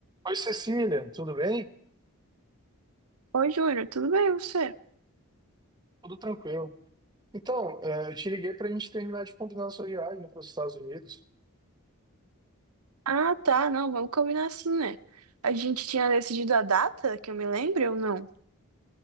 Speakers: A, on the right; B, on the right.
A: Oi, Cecília, tudo bem?
B: Oi, Júnior, tudo bem você?
A: Tudo tranquilo. Então, é, eu te liguei para a gente terminar de combinar a sua viagem para os Estados Unidos.
B: Ah, tá, não, vamos combinar assim, né? A gente tinha decidido a data, que eu me lembre ou não?